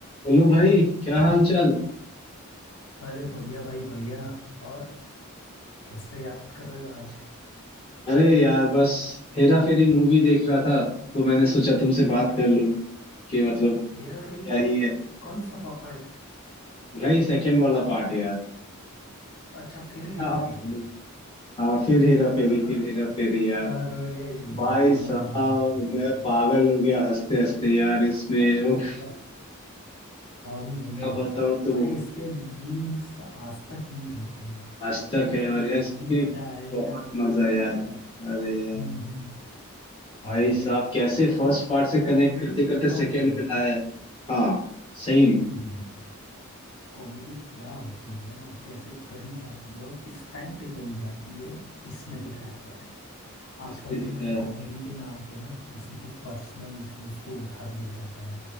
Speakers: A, on the left (about 25°); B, on the left (about 70°).
A: हेलो भाई क्या हाल चाल
B: अरे बढ़िया भाई बढ़िया और कैसे याद कर रहे हो आज
A: अरे यार बस हेरा फेरी मूवी देख रहा था तो मैंने सोचा तुमसे बात कर लूं कि मतलब
B: हेरा फेरी
A: क्या ही है
B: कौन सा पार्ट
A: भाई सेकंड वाला पार्ट यार
B: अच्छा फिर हेरा
A: क्या बोलूं
B: फेरी
A: हाँ फिर हेरा
B: हाँ
A: फेरी फिर हेरा फेरी यार
B: अरे
A: भाई
B: यार
A: साहब
B: भाई
A: मैं पागल हो गया हंसते हंसते यार इसमें
B: अबू
A: उफ
B: भैया अबू भैया
A: क्या बताऊं तो
B: अरे
A: वो
B: इसके मीम्स आज तक यूज होते हैं
A: आज
B: ये
A: तक
B: अरे
A: है और यार इसके
B: अभी मजा आएगा
A: बहुत
B: ना
A: मजा
B: बेड़ू
A: यार
B: वाला
A: अरे यार
B: हम्म हम्म,
A: भाई
B: भाई
A: साहब कैसे
B: मतलब
A: फर्स्ट
B: ना
A: पार्ट से
B: कॉमेडी
A: कनेक्ट करते करते
B: क्या
A: सेकंड
B: होती है
A: में
B: ना
A: लाया हाँ सही में
B: हम्म हम्म, हम्म। कॉमेडी क्या होती है और कैसे करी जाती है और किस टाइम पे करी जाती है इसमें दिखाया गया है आजकल
A: इसने
B: तो
A: दिखाया
B: यार कॉमेडी के नाम पे ना किसी के पर्सनल इश्यूज को उठा दिया जाता है